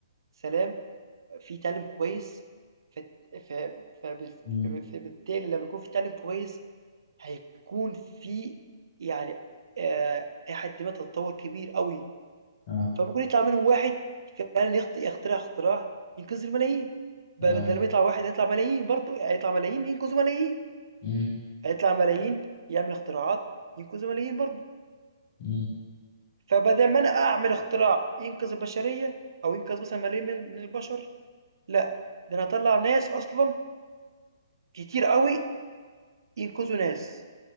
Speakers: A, on the right (about 75°); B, on the left (about 35°).
A: سلام فيه تعلم كويس فت- ف- فبز-
B: مم،
A: فب- فبالتالي لما يكون في تعلم كويس هيكون في يعني آه، إلى حد ما تطور كبير قوي
B: اه
A: فممكن يطلع منهم واحد فعلا يخت- يخترع اختراع ينقذ الملايين بدل
B: اه
A: ما يطلع واحد هيطلع ملايين برضه هيطلع ملايين ينقذوا ملايين
B: مم،
A: هيطلع ملايين يعمل اختراعات ينقذوا ملايين برضه
B: مم.
A: فبدل ما انا اعمل اختراع ينقذ البشريه او ينقذ مثلا ملايين من من البشر لا ده انا هطلع ناس اصلا كتير قوي ينقذوا ناس